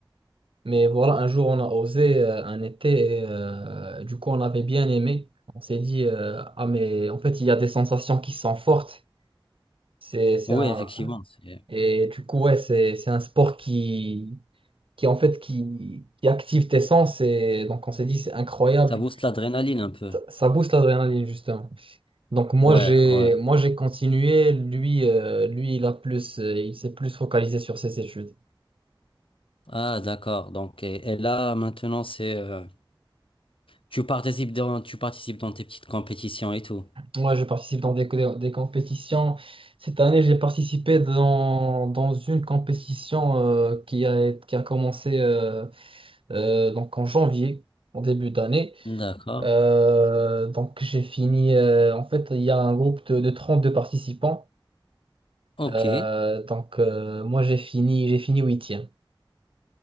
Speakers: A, on the right; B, on the left.
A: Mais voilà, un jour, on a osé, euh, un été. et, euh, du coup, on avait bien aimé. On s'est dit, euh, ah, mais en fait, il y a des sensations qui sont fortes. C'est, c'est
B: Oui,
A: un,
B: effectivement, c'est-
A: et du coup, ouais, c'est, c'est un sport qui, qui, en fait, qui, qui active tes sens. Et donc, on s'est dit, c'est incroyable.
B: ça booste l'adrénaline un peu.
A: Ça, ça booste l'adrénaline, justement. Donc, moi,
B: Ouais,
A: j'ai,
B: ouais.
A: moi, j'ai continué. Lui, euh, lui, il a plus, euh, il s'est plus focalisé sur ses études.
B: Ah, d'accord. Donc, et, et là, maintenant, c'est, euh, tu participes dans, tu participes dans tes petites compétitions et tout.
A: Moi, je participe dans des, co- des compétitions. Cette année, j'ai participé dans, dans une compétition euh, qui a, qui a commencé euh, euh, donc en janvier, en début d'année.
B: D'accord.
A: Euh, donc j'ai fini. euh, en fait, il y a un groupe de, de 32 participants.
B: Ok.
A: Euh, donc euh, moi j'ai fini, j'ai fini huitième.